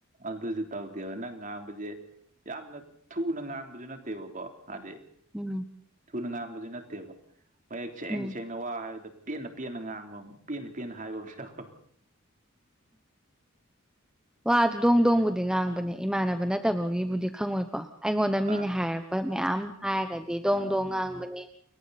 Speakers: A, on the right; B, in the centre.
A: ꯑꯗꯨꯁꯨ ꯇꯧꯗ‌ꯦꯕ ꯅꯪ ꯉꯥꯡꯕꯁꯦ ꯌꯥꯝꯅ ꯊꯨꯅ ꯉꯥꯡꯕꯁꯨ ꯅꯠꯇꯦꯕꯀꯣ ꯍꯥꯏꯗꯤ
B: ꯎꯝ
A: ꯊꯨꯅ ꯉꯥꯡꯕꯁꯨ ꯅꯠꯇꯦꯕ ꯃꯌꯦꯛ ꯁꯦꯡ
B: ꯎꯝ
A: ꯁꯦꯡ ꯅꯋꯥ ꯍꯥꯏꯕꯗ ꯄꯦꯟꯅ ꯄꯦꯟꯅ ꯉꯥꯡꯕ ꯄꯦꯟꯅ ꯄꯦꯟꯅ ꯍꯥꯏꯕ ꯑꯃ ꯌꯥꯎꯋꯤ
B: ꯋꯥꯗꯨ ꯗꯣꯡ ꯗꯣꯡꯕꯨꯗꯤ ꯉꯥꯡꯕꯅꯦ ꯏꯃꯥꯟꯅꯕ ꯅ‌ꯠ ꯅꯠꯇꯕꯒꯤꯕꯨꯗꯤ ꯈꯪꯉꯣꯏꯀꯣ ꯑꯩꯉꯣꯟꯗ ꯃꯤꯅ
A: ꯑꯥ
B: ꯍꯥꯏꯔꯛꯄ ꯃꯌꯥꯝ ꯍꯥꯏꯔꯒꯗꯤ ꯗꯣꯡ
A: ꯑꯥ
B: ꯗꯣꯡ ꯉꯥꯡꯕꯅꯦ